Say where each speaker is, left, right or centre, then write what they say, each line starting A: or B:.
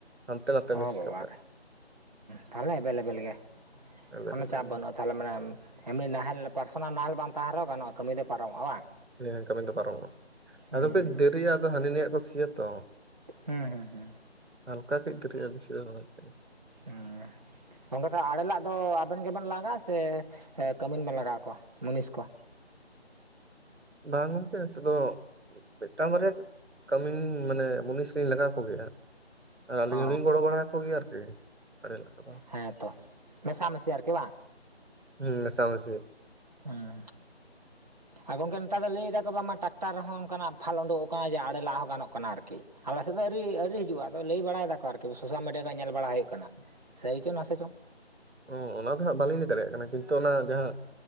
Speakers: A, on the right; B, on the right.
A: ᱦᱟᱱᱛᱮ ᱱᱟᱛᱮ
B: ᱚ
A: ᱢᱤᱥ
B: ᱵᱟᱵᱟ,
A: ᱠᱟᱛᱮ
B: ᱛᱟᱦᱚᱞᱮ ᱮᱵᱮᱞᱮᱵᱮᱞ ᱜᱮ᱾
A: ᱮᱵᱮᱞᱮᱵᱮᱞ
B: ᱠᱳᱱ ᱪᱟᱯ ᱵᱟᱹᱱᱩᱜᱼᱟ᱾ ᱛᱟᱦᱚᱞᱮ ᱢᱟᱱᱮ ᱮᱢᱱᱤ ᱱᱟᱦᱮᱞ ᱯᱟᱨᱥᱚᱱᱟᱞ ᱱᱟᱦᱮᱞ ᱵᱟᱝ ᱛᱟᱦᱮᱸᱱ ᱨᱮᱦᱚᱸ ᱜᱟᱱᱚᱜᱼᱟ, ᱠᱟᱹᱢᱤ ᱫᱚ᱾ ᱯᱟᱨᱚᱢᱚᱜᱼᱟ ᱵᱟᱝ,?
A: ᱦᱮᱸ ᱠᱟᱹᱢᱤ ᱫᱚ ᱯᱟᱨᱚᱢᱚᱜᱼᱟ᱾
B: ᱦᱮᱸ
A: ᱟᱫᱚ ᱠᱟᱹᱡ ᱫᱟᱨᱤᱭᱟᱜ, ᱫᱚ ᱦᱟᱹᱱᱤ ᱱᱤᱭᱟᱜ ᱠᱚ ᱥᱤᱭᱟ ᱛᱚ᱾
B: ᱦᱮᱸ ᱦᱮᱸ ᱦᱮᱸ,
A: ᱦᱟᱞᱠᱟ ᱠᱟᱹᱡ ᱫᱟᱹᱨᱤᱜᱼᱟ᱾ ᱵᱮᱥᱤᱣ <unintelligible>
B: ᱟᱨ <unintelligible> ᱜᱚᱢᱮ ᱛ ᱟᱲᱮᱞᱟᱜ ᱫᱚ ᱟᱵᱮᱱ ᱜᱮᱵᱮᱱ ᱞᱟᱜᱟᱜᱼᱟ᱾ ᱥᱮ ᱠᱟᱹᱢᱤᱱᱵᱮᱱ ᱞᱟᱜᱟᱣ ᱠᱚᱣᱟ᱾ ᱢᱩᱱᱤᱥ ᱠᱚ᱾
A: ᱵᱟᱝ ᱜᱚᱢ ᱯᱮ ᱱᱤᱛᱚᱜ ᱫᱚ ᱢᱤᱫᱴᱟᱝ ᱵᱟᱨᱭᱟ, ᱠᱟᱹᱢᱤᱱ ᱢᱟᱱᱮ ᱢᱩᱱᱤᱥ ᱞᱤᱧ ᱞᱟᱜᱟᱣ ᱠᱚᱜᱮᱭᱟ᱾ ᱟᱨ ᱟᱹᱞᱤᱧ
B: ᱚ
A: ᱦᱚᱸᱞᱤᱧ ᱜᱚᱲᱚ ᱵᱟᱲᱟ ᱠᱚᱜᱮᱭᱟ᱾ ᱟᱨᱠᱤ᱾ ᱟᱲᱮ ᱞᱟᱜ ᱠᱚᱫᱚ
B: ᱦᱮᱸᱛᱚ ᱢᱮᱥᱟᱢᱤᱥᱤ ᱟᱨᱠᱤ ᱵᱟᱝ
A: ᱦᱮᱸ ᱢᱮᱥᱟ ᱢᱤᱥᱤ ᱾
B: ᱦᱮᱸ, ᱟᱨ ᱜᱚᱝᱠᱮ ᱱᱮᱛᱟᱨ ᱫᱚ ᱞᱟᱹᱭᱮᱫᱫᱟᱠᱚ ᱵᱟᱝ ᱢᱟ ᱴᱨᱟᱠᱴᱟᱨ ᱨᱮᱦ ᱚᱱᱠᱟᱱᱟᱜ ᱯᱷᱷᱟᱞ ᱩᱰᱠ ᱟᱠᱟᱱᱟ᱾ ᱡᱮ ᱟᱲᱮ ᱞᱟᱜ ᱦᱚᱸ ᱜᱟᱱᱚᱜ ᱠᱟᱱᱟ ᱟᱨᱠᱤ᱾ ᱟᱞᱮ ᱥᱮᱫ ᱫᱚ ᱟᱹᱣᱨᱤ ᱟᱹᱣᱨᱤ ᱦᱤᱡᱩᱜᱼᱟ᱾ ᱟᱫᱚ ᱞᱟᱹᱭ ᱵᱟᱲᱟᱭ ᱫᱟᱠᱚ ᱟᱨᱠᱤ᱾ ᱥᱳᱥᱟᱞ ᱢᱤᱰᱤᱭᱟ ᱠᱷᱚᱡ ᱧᱮᱞ ᱵᱟᱲᱟ ᱦᱩᱭᱩᱜ ᱠᱟᱱᱟ᱾ ᱥᱟᱭ ᱪᱚᱝ ᱱᱟᱥ ᱪᱚᱝ,
A: ᱦᱮᱸ ᱚᱱᱟ ᱫᱚ ᱦᱟᱜ ᱵᱟᱞᱤᱧ ᱤᱫᱤ ᱫᱟᱲᱮᱭᱟᱜ ᱠᱟᱱᱟ᱾ ᱠᱤᱱᱛᱩ ᱚᱱᱟ ᱡᱟᱦᱟᱸ